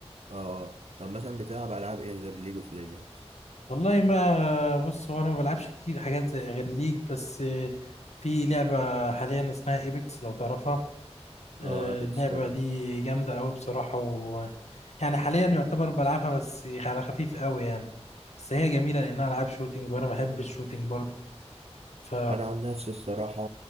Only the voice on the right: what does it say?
اه آه. طب مثلا بتلعب العاب ايه غير ليج اوف ليجندز
اه ابيكس
جامد
انا عن نفسي الصراحه